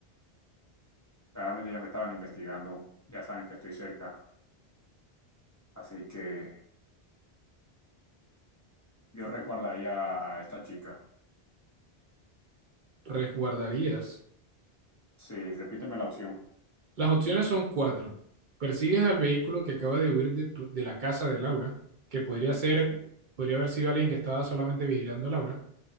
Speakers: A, on the left (about 25°); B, on the right (about 55°).
A: Claramente ya me estaban investigando, ya saben que estoy cerca, así que yo resguardaría a esta chica.
B: ¿Resguardarías?
A: Sí, repíteme la opción.
B: Las opciones son cuatro. Persigues al vehículo que acaba de huir de, tu- de la casa de Laura, que podría ser,
A: Sí.
B: podría haber sido alguien que estaba solamente vigilando a Laura.